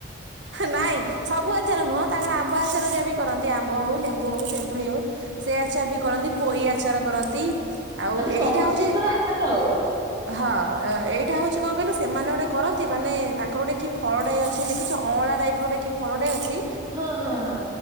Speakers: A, on the right; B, on the right.
A: ନାଇଁ ସବୁ ଆଚର ନୁହଁ ତାଙ୍କର ଆମ୍ବ ଆଚାର ରେ ବି କରନ୍ତି ଆମ୍ବ ହୋଉ ଲେମ୍ବୁ ହଉ ତେନ୍ତୁଳି ହଉ ସେ ଆଚାର ବି କରନ୍ତି ପୋଇ ଆଚାର କରନ୍ତି। ଆଉ
B: ମାନେ
A: ଏଇଟା
B: ସବୁ
A: ହଉଚି
B: <unintelligible>
A: ହଁ ଏଇଟା ହଉଛି କଣ କହିଲ ସେମାନେ ଗୋଟେ କରନ୍ତି ମାନେ ତାଙ୍କର ଗୋଟେ କି ଫଳ ଟାଏ ଅଛି ଦେଖିଚ ଅଁଳା ଟାଇପ୍ ଗୋଟେ କି ଫଳଟାଏ ଅଛି।
B: ହଁ ହଁ ହଁ।